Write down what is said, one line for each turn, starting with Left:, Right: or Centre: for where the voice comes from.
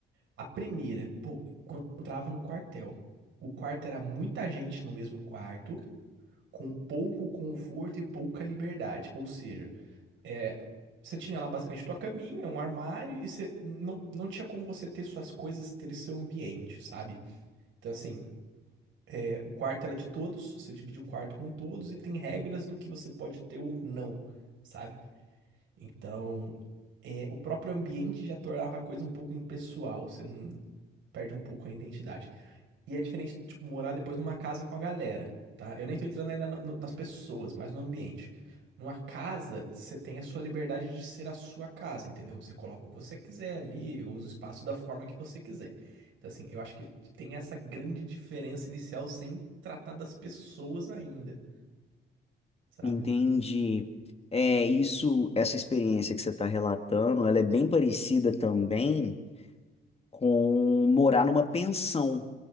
Right: A primeira, pô, quando eu entrava no quartel, o quarto era muita gente no mesmo quarto, com pouco conforto e pouca liberdade. Ou seja, É, você tinha lá basicamente tua caminha, um armário, e você não, não tinha como você ter suas coisas, ter seu ambiente, sabe? Então, assim, é, o quarto era de todos, você divide o quarto com todos, e tem regras do que você pode ter ou não, sabe? Então, é, o próprio ambiente já tornava a coisa um pouco impessoal, você não perde um pouco a identidade. E é diferente de, tipo, morar depois numa casa com a galera, tá? Eu nem tô entrando ainda no- no- nas pessoas, mas no ambiente. Numa casa, você tem a sua liberdade de ser a sua casa, entendeu? Você coloca o que você quiser ali, usa o espaço da forma que você quiser. Então, assim, eu acho que tem essa grande diferença inicial sem tratar das pessoas ainda, sabe?
Left: Entendi. É isso, essa experiência que você está relatando, ela é bem parecida também com morar numa pensão,